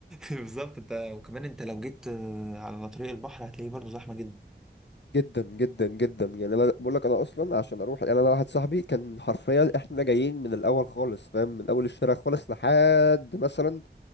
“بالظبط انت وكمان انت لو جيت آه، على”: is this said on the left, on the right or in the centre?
Centre